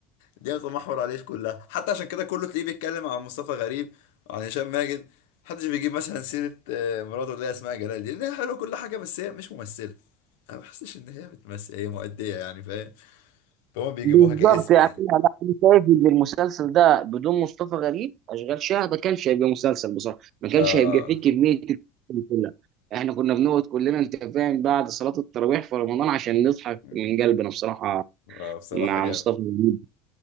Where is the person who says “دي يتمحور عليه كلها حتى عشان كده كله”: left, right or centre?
Left